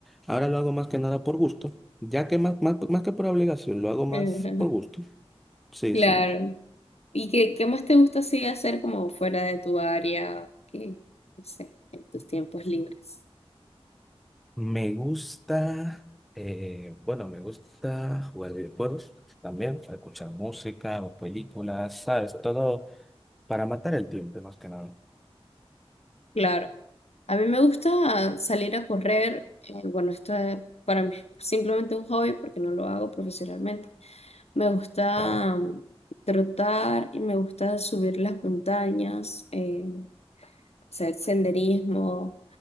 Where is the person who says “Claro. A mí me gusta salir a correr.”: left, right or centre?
Left